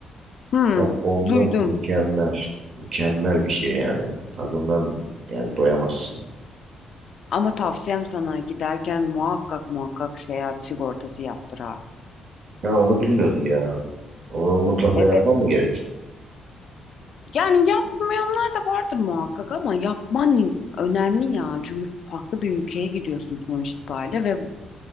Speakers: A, on the left; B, on the right.
A: hı,
B: Bak onlar
A: duydum.
B: mükemmel. Mükemmel bir şey yani. Tadından yani doyamazsın.
A: Ama tavsiyem sana giderken muhakkak muhakkak seyahat sigortası yaptır ha.
B: Ha onu bilmiyordum ya. Onu mutlaka
A: Evet.
B: yapmam mı gerek?
A: Yani yapmayanlar da vardır muhakkak ama yapman in- önemli ya. Çünkü farklı bir ülkeye gidiyorsun sonuç itibariyle ve